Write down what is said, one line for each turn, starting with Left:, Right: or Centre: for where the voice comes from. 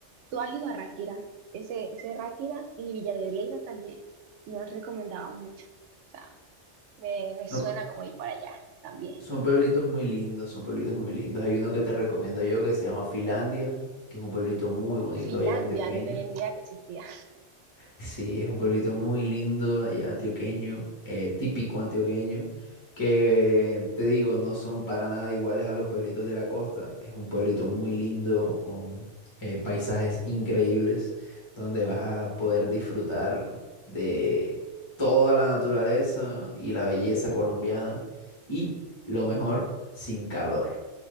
Right: Tú has ido a Ráquira, ese, ese Ráquira y Villa de Leyva también. Me lo han recomendado mucho. O sea, me, me suena
Left: no,
Right: como ir para allá también.
Left: Son pueblitos muy lindos, son pueblitos muy lindos. Hay uno que te recomiendo yo que se llama Filandia, que es un pueblito muy bonito
Right: Finlandia,
Left: allá antioqueño.
Right: no tenía ni idea que existía.
Left: Sí, es un pueblito muy lindo allá antioqueño, eh, típico antioqueño, que te digo, no son para nada iguales a los pueblitos de la costa. Es un pueblito muy lindo, con eh, paisajes increíbles, donde vas a poder disfrutar de toda la naturaleza y la belleza colombiana y lo mejor, sin calor.